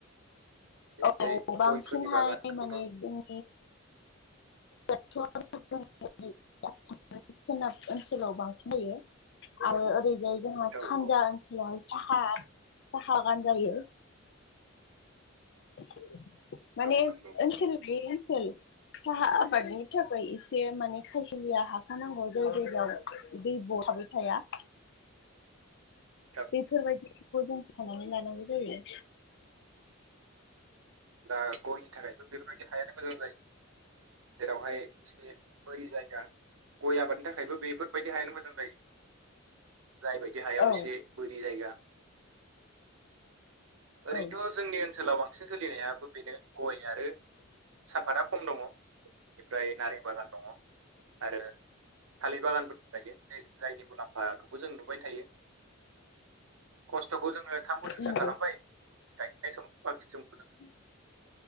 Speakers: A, on the right (about 80°); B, on the left (about 60°).
A: ओरैजाय
B: औ बांसिनहाय
A: गयफोरनि बागानखौथ'
B: माने जों <inaudible> आसाम <inaudible> सोनाब ओनसोलाव बांसिन जायो। आरो ओरैजाय जोंहा सानजा
A: औ औ
B: ओनसोलावहाय साहा साहा बागान जायो। <inaudible> माने
A: औ नंगौ
B: ओनसोल बे ओनसोल साहा आबादनि थाखाय एसे माने खायसेलिया हाखौ नांगौ जाय जायगायाव दैब' थाबाय थाया।
A: <unintelligible>
B: बेफोर बायदिखौ जों सानानै लानांगौ जायो।
A: आ गयनि थाखायबो बेफोर बायदि हायानो मोजां जायो जेरावहाय एसे बोरि जायगा गय आबादनि थाखायबो बेफोर बायदि हायानो मोजां जायो। <inaudible> बे हायाव
B: औ
A: एसे बोरि जायगा ओरैनोथ'
B: औ
A: जोंनि ओनसोलाव बां बांसिन सोलिनायाबो बेनो गय आरो साफातआ खम दङ'। बेनिफ्राय नारें बागान दङ' आरो थालिर बागानफोरबो थायो। जायनि मुलाम्फाखौबो जों नुबायनो थायो। खस्थ'खौ जोङो थाम बोसोरसो
B: नंगौ
A: खालामबाय
B: औ नंगौ
A: गायजेननाय समाव बाखि समखौ जोङो
B: <inaudible>